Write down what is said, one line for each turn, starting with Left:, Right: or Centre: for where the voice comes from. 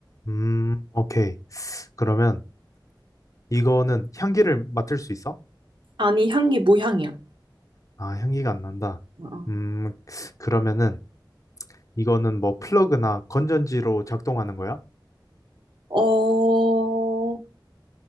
Left: 음, 오케이. 그러면 이거는 향기를 맡을 수 있어?
Right: 아니, 향기 무향이야.
Left: 아, 향기가 안 난다.
Right: 어,
Left: 음, 그러면은 이거는 뭐 플러그나 건전지로 작동하는 거야?
Right: 어. 어,